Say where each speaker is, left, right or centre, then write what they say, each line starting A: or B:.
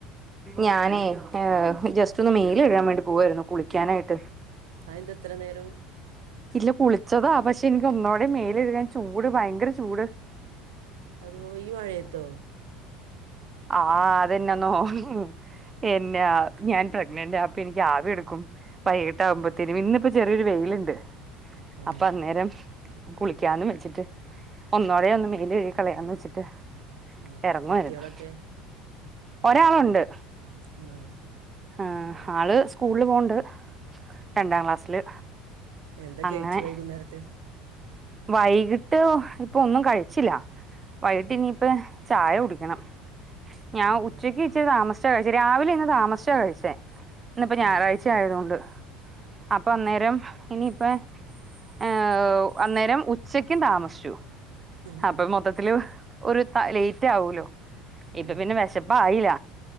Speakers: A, on the right (about 25°); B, on the right (about 85°).
A: ഞാനെ ജസ്റ്റ് ഒന്ന് മേൽ കഴുകാൻ വേണ്ടി പോവായിരുന്നു കുളിക്കാനായിട്ട്
B: അതെന്താ ഇത്ര നേരം
A: ഇല്ല കുളിച്ചതാ പക്ഷെ എനിക്ക് ഒന്നൂടെ മേൽ കഴുകാൻ ചൂട് ഭയങ്കര ചൂട്
B: അതോ ഈ മഴയത്തോ
A: ആഹ് അതെന്നാ ന്നണ് എന്നാ ഞാൻ പ്രഗ്നൻ്റാ ഇപ്പ എനിക്ക് ആവി എടുക്കും വൈകിട്ട് ആവുമ്പത്തേനും
B: ആ
A: ഇന്നിപ്പ ചെറിയൊരു വെയിലുണ്ട്
B: ആ
A: അപ്പാ അന്നേരം കുളിക്കാന്ന് വെച്ചിട്ട് ഒന്നോടെ ഒന്ന് മേൽ കഴുകികളയാന്ന് വെ ച്ചിറ്റാ
B: ആ
A: ഇറങ്ങുമായിരുന്നു
B: കുട്ടികളൊക്കെ
A: ഒരാളുണ്ട്
B: ഉം
A: ആഹ് ആള് സ്കൂളിൽ പോകണ്ട് രണ്ടാം ക്ലാസ്സില്
B: എന്താ
A: അങ്ങനെ
B: കഴിച്ചു വൈ കുന്നേരത്ത്
A: വൈകിട്ട് ഇപ്പം ഒന്നും കഴിച്ചില്ല വൈകിട്ട്
B: ഉം
A: ഇനിപ്പ ചായ കുടിക്കണം ഞാൻ
B: ഉം
A: ഉച്ചക്ക് ഇച്ചിരി താമസിച്ചാ കഴിച്ചേ രാവിലെ ഇന്ന് താമസിച്ചാ കഴിച്ചേ ഇന്ന് ഇപ്പം ഞായറാഴ്ച
B: ഏ
A: ആയതുകൊണ്ട് അപ്പൊ അന്നേരം ഇനിയിപ്പേ ഏഹ് അന്നേരം ഉച്ചക്കും താമസിച്ചു
B: ഉം
A: അപ്പൊ മൊത്ത ത്തിലും ഒരു ലേറ്റ് ആവൂലോ ഇപ്പൊ
B: ഉം
A: പിന്നെ വെ ശപ്പ് ആയില്ല